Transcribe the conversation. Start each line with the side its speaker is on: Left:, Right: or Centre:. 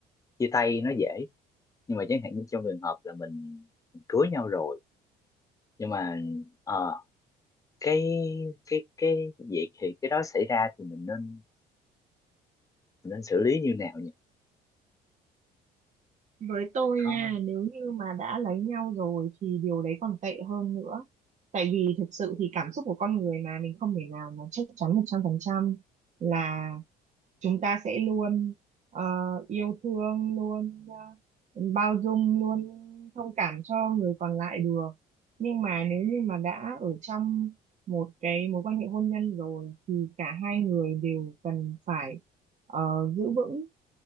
Left: chia tay nó dễ nhưng mà chẳng hạn như trong trường hợp là mình cưới nhau rồi nhưng mà ờ, cái cái cái việc thì cái đó xảy ra thì mình nên mình nên xử lý như nào nhỉ
Right: Với tôi
Left: có
Right: nha, nếu như mà đã lấy nhau rồi thì điều đấy còn tệ hơn nữa. Tại vì thực sự thì cảm xúc của con người mà mình không thể nào mà chắc chắn 100% là chúng ta sẽ luôn ờ, yêu thương, luôn ờ, bao dung, luôn thông cảm cho người còn lại được. Nhưng mà nếu như mà đã ở trong một cái mối quan hệ hôn nhân rồi thì cả hai người đều cần phải ờ, giữ vững